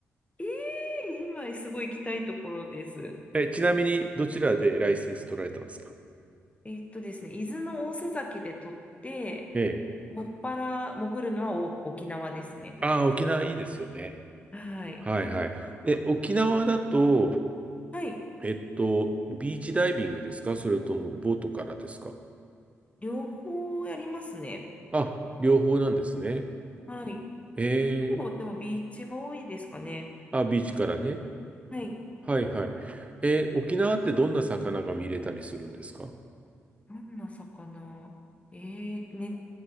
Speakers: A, on the left; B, on the right.
A: えー今すごい行きたいところです。
B: え、ちなみに、どちらでライセンス取られたんですか
A: えっとですね、伊豆の大瀬崎で撮って、
B: ええ。
A: もっぱら潜るのはお沖縄ですね。
B: ああ、沖縄いいですよね。
A: はい。
B: はいはい。え、沖縄だと、
A: はい。
B: えっと、ビーチダイビングですかそれともボートからですか
A: 両方やりますね。
B: あ、両方なんですね。
A: はい。
B: ええ
A: ほぼ、でもビーチが多いですかね。
B: あ、ビーチからね。
A: はい。
B: はいはい。え沖縄ってどんな魚が見れたりするんですか
A: どんな魚えー、ね、